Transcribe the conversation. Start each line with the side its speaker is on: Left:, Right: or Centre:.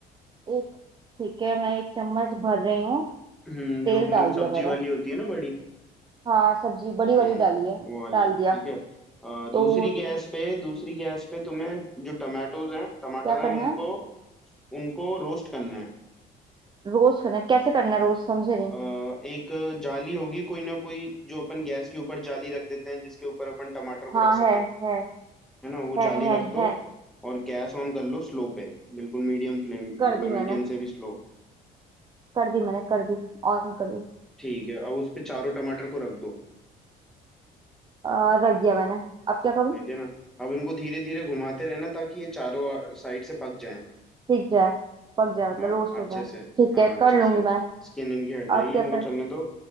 Right: एक ठीक है मैं एक चम्मच भर रही हूँ
Centre: हम्म,
Right: तेल
Centre: जो अपनी
Right: डाल दिया
Centre: सब्जी
Right: मैंने
Centre: वाली होती है ना बड़ी
Right: हाँ सब्जी बड़ी
Centre: हम्म
Right: वाली डाली है
Centre: वो वाली
Right: डाल दिया
Centre: ठीक है अ, दूसरी
Right: तो
Centre: गैस पे दूसरी गैस पे तुम्हें जो टमाटोज हैं टमाटर
Right: क्या
Centre: हैं
Right: करना
Centre: उनको
Right: है
Centre: उनको रोस्ट करना है
Right: रोस्ट करना है कैसे करना है रोस्ट समझे नहीं
Centre: अ, एक जाली होगी कोई ना कोई जो अपन गैस के ऊपर जाली रख देते हैं जिसके ऊपर अपन टमाटर को
Right: हाँ
Centre: रख
Right: है
Centre: सकें
Right: है
Centre: है ना वो
Right: है
Centre: जाली
Right: है
Centre: रख दो
Right: है
Centre: और गैस ऑन कर लो स्लो पे बिल्कुल मीडियम फ्लेम मतलब
Right: कर दी मैंने
Centre: मीडियम से भी स्लो
Right: कर दी मैंने कर दी ऑन कर दी
Centre: ठीक है अब उस पे चारों टमाटर को रख दो
Right: आ, रख दिया मैंने अब क्या करूँ
Centre: रख दिया ना अब इनको धीरे धीरे घुमाते रहना ताकि ये चारों साइड से पक जाएं
Right: सीख जाए पक जाए मतलब
Centre: हाँ
Right: रोस्ट
Centre: अच्छे
Right: हो जाए
Centre: से
Right: ठीक
Centre: हाँ
Right: है
Centre: अच्छे
Right: कर लूंगी
Centre: से
Right: मैं
Centre: स्किन इनकी हट जाएगी
Right: अब क्या
Centre: इनको
Right: कर
Centre: चलने दो